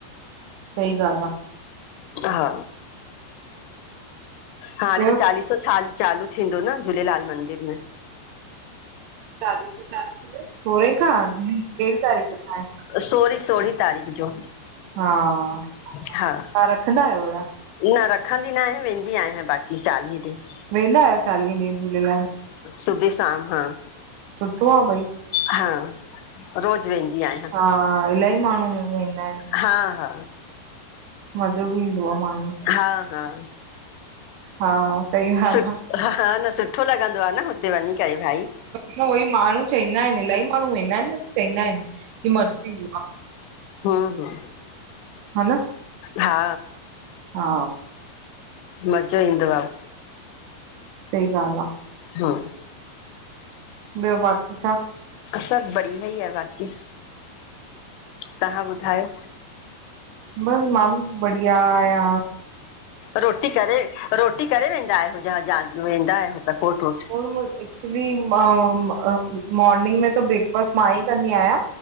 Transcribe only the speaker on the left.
हा हाणे
त चालीसो सालु चालू थींदो न झूलेलाल मंदिर में।
सोरी- सोरिह़ तारीख़ जो
हा
न रखंदी न आया, वेंदी आहियां बाक़ी चालीह ॾींहुं।
सुबह-शाम हा।
हां रोज़ वेंदी आहिय।
हा हा
हा हा
सु हा हा न सुठो लग़दो आ न हुते वंञी करे भाई।
हू हू
हा
मज़ो ईंदो आ।
हा
सभु बढ़िया ई आ बाक़ी, तहां ॿुधायो?
रोटी करे, रोटी करे वेंदा आहियो ज जा वेंदा आहियो त कोट वोट?